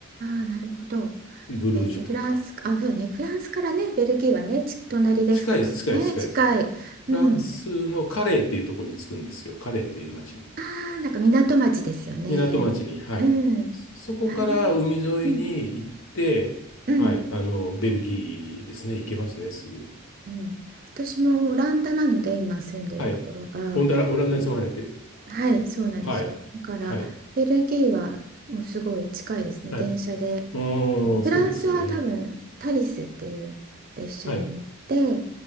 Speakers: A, on the right; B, on the left.
A: あーなるほど
B: ブルージュとか。
A: えっと、フランス、あ、そうね、フランスからね、ベルギーはね、ち、隣ですしね、
B: 近いです、近いです、近いです。
A: 近い。
B: フランスのカレーっていうところに着くんですよ。
A: うん。
B: カレーっていう町に。
A: ああ、なんか港町ですよね。
B: 港町に。はい。
A: うん。
B: そそこから海沿いに行って、
A: あーうん、うん、
B: はい。あの、ベルギーですね。行けますね、すぐ。
A: うん。私もオランダなので、今住んでるところが、
B: はい。
A: うん
B: オンダラ、オランダに住まれてる。
A: はい、そうなんですよ。
B: はい。
A: だから、
B: はい。
A: ベルギーはもうすごい近いですね、
B: はい。
A: 電車で。
B: うーん、
A: フランスは多分、
B: そうですよね。
A: タリスっていう列車に乗って、
B: はい。